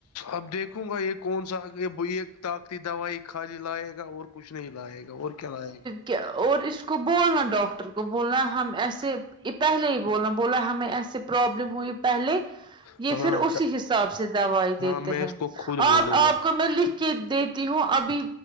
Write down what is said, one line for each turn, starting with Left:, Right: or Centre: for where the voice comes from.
Left: اب دیکھوں گا یہ کون سا یہ یہ طاقتی دوائی خالی لائے گا اور کچھ نہیں لائے گا اور کیا لائے گا
Right: کہ اور اس کو بولنا ڈاکٹر کو بولنا ہم ایسے یہ پہلے ہی بولانا بولا ہمیں ایسے پروابلم ہوئی پہلے
Left: گا
Right: یہ
Left: ہاں
Right: پھر اسی حساب سے سے دوائی
Left: ہاں
Right: دیتے
Left: میں
Right: ہیں
Left: اس کو خود
Right: آپ
Left: بولوں
Right: آپ
Left: گا
Right: کو میں لکھ کے دیتی ہوں ابھی